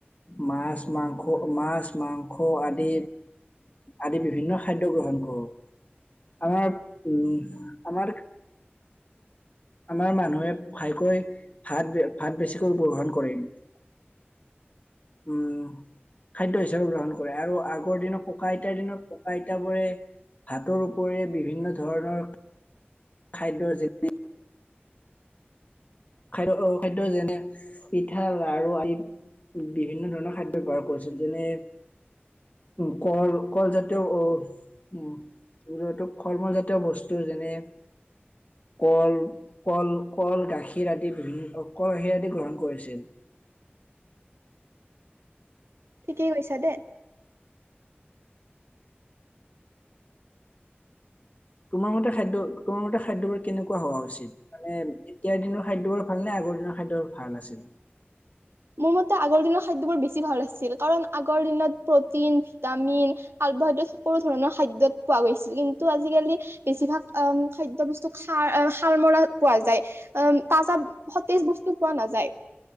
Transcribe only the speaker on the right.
<inaudible>
ঠিকেই কৈছা দে।
মোৰ মতে আগৰ দিনৰ খাদ্যবোৰ বেছি ভাল আছিল, কাৰণ আগৰ দিনত প্ৰটিন ভিটামিন কাৰ্বহাইড্ৰেট সকলো ধৰণৰ খাদ্যত পোৱা গৈছিল। কিন্তু আজিকালি বেছিভাগ আঁহ খাদ্য বস্তু সাৰ সাৰ মৰা পোৱা যায়। অম তাজা সতেজ বস্তু পোৱা নাযায়।